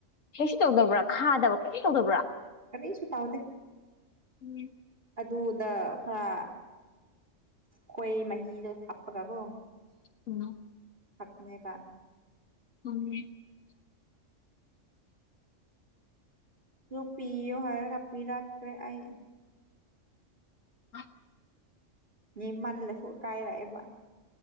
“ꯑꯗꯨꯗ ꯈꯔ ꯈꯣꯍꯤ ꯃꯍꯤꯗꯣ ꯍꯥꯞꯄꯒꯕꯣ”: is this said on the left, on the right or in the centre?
Right